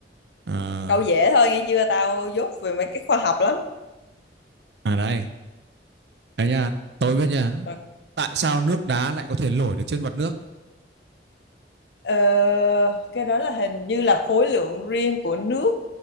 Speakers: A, on the right; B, on the left.
A: Ờ,
B: câu dễ thôi nghe chưa tao dốt về mấy cái khoa học lắm
A: À đây, đây nha, tôi biết nha.
B: Ok.
A: Tại sao nước đá lại có thể nổi được trên mặt nước?
B: Ờ, cái đó là hình như là khối lượng riêng của nước